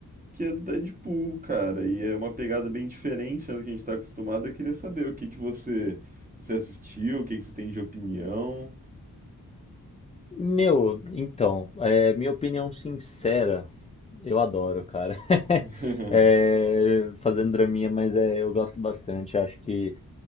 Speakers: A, on the right (about 20°); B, on the left (about 20°).
A: Que é do Deadpool, cara. E é uma pegada bem diferente, né, do que a gente tá acostumado. Eu queria saber o que que você, você assistiu, o que que você tem de opinião.
B: Meu, então, é, minha opinião sincera, eu adoro, cara. <laughs>
A: <laughs>
B: É, fazendo draminha, mas é, eu gosto bastante. Acho que